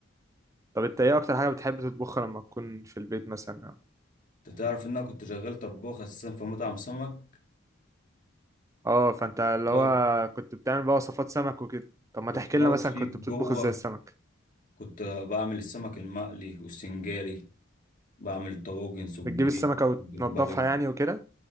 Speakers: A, on the right; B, on the left.
A: طب انت ايه اكتر حاجة بتحب تطبخها لما تكون في البيت مثلا
B: انت تعرف ان انا كنت شغال طباخ اساسا في مطعم سمك
A: اه فانت اللي
B: بقف
A: هو كنت بتعمل بقى وصفات سمك وكده طب ما
B: كنت
A: تحكي
B: بقف
A: لنا مثلا
B: شيف
A: كنت بتطبخ
B: جوه
A: ازاي السمك
B: كنت بعمل السمك المقلي والسنجاري بعمل طواجن سبيط
A: بتجيب السمكة وتنضفها
B: الجمبري
A: يعني وكده